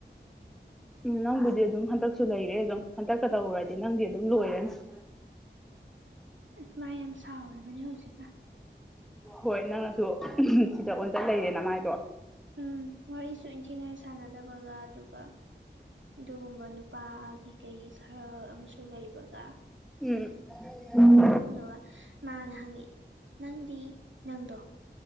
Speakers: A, in the centre; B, on the right.
A: ꯎꯝ ꯅꯪꯕꯨꯗꯤ ꯑꯗꯨꯝ ꯍꯟꯗꯛꯁꯨ ꯂꯩꯔꯦ ꯑꯗꯨꯝ ꯍꯟꯗꯛꯀ ꯇꯧꯔꯗꯤ ꯅꯪꯗꯤ ꯑꯗꯨꯝ ꯂꯣꯏꯔꯅꯤ <inaudible>
B: ꯑꯁ ꯃꯥ ꯌꯥꯝ ꯁꯥꯎꯔꯤꯕꯅꯤ ꯍꯧꯖꯤꯛꯀꯥꯟ
A: ꯍꯣꯏ ꯅꯪꯅꯁꯨ ꯁꯤꯗꯠ ꯑꯣꯟꯖꯟ ꯂꯩꯔꯦ ꯅꯃꯥꯏꯗꯣ
B: ꯎꯝ ꯋꯥꯔꯤꯁꯨ ꯏꯟꯊꯤꯉꯥꯏ ꯁꯥꯟꯅꯗꯕꯒ ꯑꯗꯨꯒ ꯑꯗꯨꯒꯨꯝꯕ ꯅꯨꯄꯥꯒꯤ ꯀꯩ ꯒꯤ ꯈꯔ ꯑꯃꯁꯨ ꯂꯩꯕꯒ
A: <inaudible>
B: ꯑꯗꯨꯒ ꯃꯥꯅ ꯍꯪꯉꯛꯑꯦ ꯅꯪꯗꯤ ꯅꯪꯗꯣ